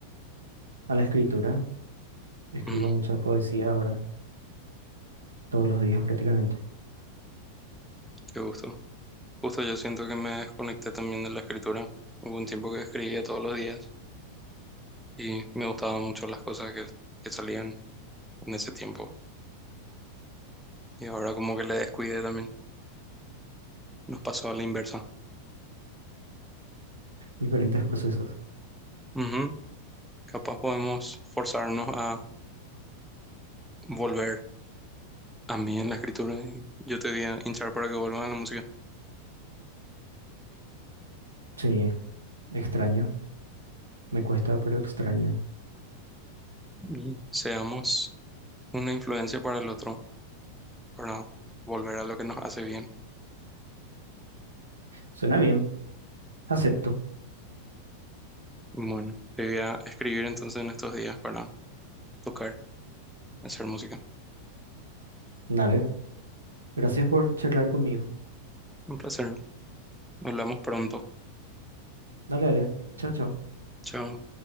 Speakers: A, on the right; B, in the centre.
A: A la escritura, escribo
B: Ujú,
A: mucha poesía ahora, todos los días prácticamente,
B: qué gusto. Justo yo siento que me desconecté también de la escritura. Hubo un tiempo que escribía todos los días y me gustaban mucho las cosas que, que salían en ese tiempo. Y ahora como que le descuidé también. Nos pasó a la inversa.
A: diferentes procesos.
B: Ujú, Capaz podemos forzarnos a volver a mí en la escritura y yo te voy a hinchar para que vuelvan a la música.
A: Sí, extraño. Me cuesta, pero extraño.
B: Y seamos una influencia para el otro. para volver a lo que nos hace bien.
A: Suena bien. Acepto.
B: Bueno, te voy a escribir entonces en estos días para tocar, hacer música.
A: Dale. Gracias por charlar conmigo.
B: Un placer. Hablamos pronto.
A: Dale, dale. Chao, chao.
B: Chao.